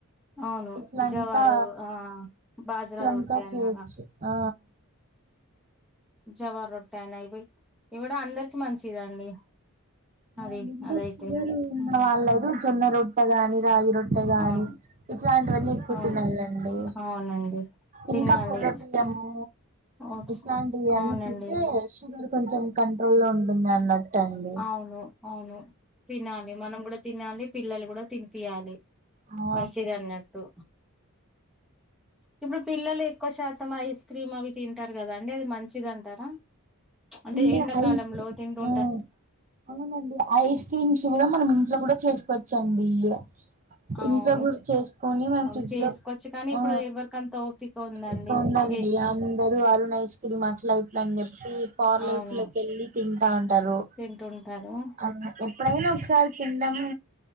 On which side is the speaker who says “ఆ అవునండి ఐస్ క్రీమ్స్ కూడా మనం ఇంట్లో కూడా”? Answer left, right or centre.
Right